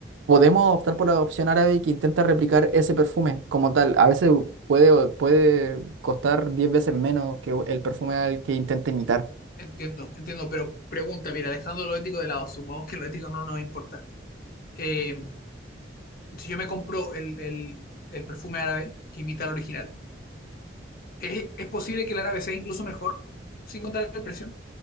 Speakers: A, on the right; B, on the left.
A: podemos optar por la opción árabe que intenta replicar ese perfume como tal. A veces puede, puede costar 10 veces menos que el perfume al que intenta imitar.
B: Entiendo, entiendo, pero pregunta, mira, dejando lo ético de lado, supongamos que lo ético no nos importa. Eh, si yo me compro el, el- el perfume árabe que imita al original, ¿es, es posible que el árabe sea incluso mejor sin contar el precio?